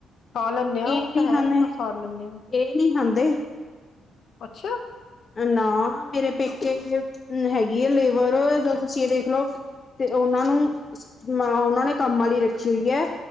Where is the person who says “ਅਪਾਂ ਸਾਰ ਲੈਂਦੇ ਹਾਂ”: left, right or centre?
Left